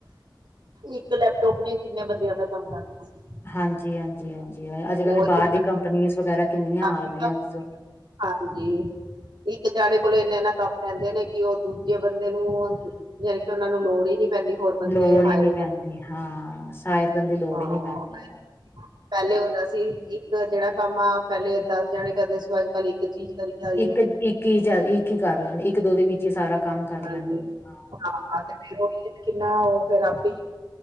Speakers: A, on the right; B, on the left.
A: ਇੱਕ ਲੈਪਟੋਪ ਨੇ ਕਿੰਨੇ ਬੰਦਿਆਂ ਦਾ ਕੰਮ ਕਰ ਦੇਣਾ।
B: ਹਾਂਜੀ ਹਾਂਜੀ ਹਾਂਜੀ ਅੱਜ ਕੱਲ
A: ਉਹੀ
B: ਬਾਹਰ
A: ਹੈ
B: ਦੀਆਂ ਕੰਪਨੀ ਵਗੈਰਾ ਕਿੰਨੀਆਂ
A: ਨਾ,
B: ਆ ਗਈਆਂ ਅੱਜ।
A: ਹਾਂਜੀ ਇੱਕ ਜਾਣੇ ਕੋਲ ਇੰਨਾ ਇੰਨਾ ਕੰਮ। ਕਹਿੰਦੇ ਨੇ ਕਿ ਉਹ ਦੂਜੇ ਬੰਦੇ ਨੂੰ ਯਾਨੀ ਕਿ ਉਹਨਾਂ ਨੂੰ ਲੋੜ ਹੀ ਨਹੀਂ। ਪੈਂਦੀ ਹੋਰ ਬੰਦੇ
B: ਲੋੜ ਹੀ
A: ਹਾਇਰ
B: ਨੀ ਪੈਂਦੀ
A: ਕਰਨ
B: ਹਾਂ ਸਾਇਰ ਕਰਨ ਦੀ ਲੋੜ
A: ਹਾਂ
B: ਹੀ ਨੀ ਪੈਂਦੀ।
A: ਪਹਿਲੇ ਹੁੰਦਾ ਸੀ। ਤੇ ਇੱਕ ਜਿਹੜਾ ਕੰਮ ਆ ਪਹਿਲੇ ਦਸ ਜਾਣੇ ਕਰਦੇ ਸੀ। ਅੱਜ ਕੱਲ ਇੱਕ ਚੀਜ਼ ਕਰੀ ਜਾ ਰਹੀ
B: ਇੱਕ,
A: ਹੈ।
B: ਇੱਕ ਹੀ ਚੱਲਦੀ ਹੈ। ਇੱਕ ਹੀ ਕਰ ਲੈਣ ਇੱਕ ਦੋ ਦੇ ਵਿੱਚ ਹੀ ਸਾਰਾ ਕੰਮ ਕਰ
A: ਹਾਂਜੀ
B: ਲੈਂਦੇ ਹਾਂ।
A: ਹਾਂ ਤੇ ਫਿਰ ਉਹ ਵੀ ਕਿੰਨਾ ਉਹ ਫੇਰ ਆਪੇ